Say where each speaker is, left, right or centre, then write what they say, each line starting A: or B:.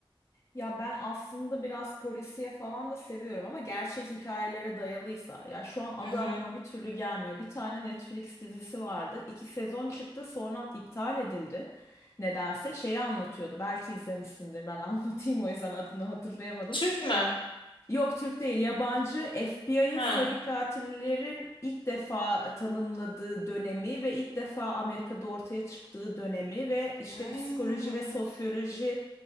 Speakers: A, on the left; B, on the left.
A: Ya ben aslında biraz polisiye falan da seviyorum ama gerçek hikayelere dayalıysa ya şu an adı
B: Hı hı.
A: aklıma bir türlü gelmiyor. Bir tane Netflix dizisi vardı. İki sezon çıktı sonra iptal edildi. Nedense şeyi anlatıyordu. Belki izlemişsindir. Ben <laughs> anlatayım o yüzden adını hatırlayamadım.
B: Türk mü?
A: Yok Türk değil yabancı FBI'ın
B: Ha.
A: seri katillerin ilk defa tanımladığı dönemi ve ilk defa Amerika'da ortaya çıktığı dönemi ve işte
B: Hmm.
A: psikoloji ve sosyoloji